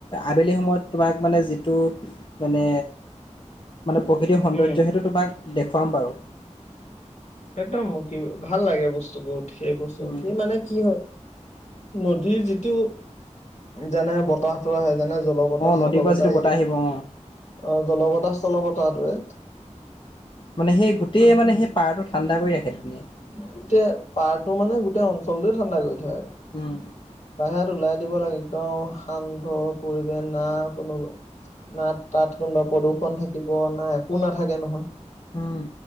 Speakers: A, on the left; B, on the left.
A: আবেলি সময়ত তোমাক মানে যিটো। মানে, মানে প্ৰকৃতিক সৌন্দৰ্য
B: উম,
A: সেইটো তোমাক দেখুৱাম বাৰু।
B: একদম কি ভাল লাগে বস্তুবোৰ সেই
A: উম,
B: <unintelligible> মানে কি হয়। নদীৰ যিটো। যেনে বতাহটো আহে যেনে জলবতাহ
A: অ
B: স্থল'বতাহ।
A: নদীৰ পৰা যিটো
B: <unintelligible>
A: বতাহ আহিব অ
B: অ জলবতাহ স্থলবতাহটোয়ে।
A: মানে সেই গোটেই মানে সেই পাৰটো ঠাণ্ডা কৰি ৰাখে ধুনীয়া।
B: <unintelligible> পাৰটো মানে গোটেই অঞ্চলটোয়ে ঠাণ্ডা কৰি থয়।
A: উম।
B: বাহিৰত ওলাই দিব লাগে একদম শান্ত পৰিৱেশ না কোনো। না তাত কোনবা প্ৰদূ্ষন থাকিব না একো নাথাকে নহয়।
A: উম।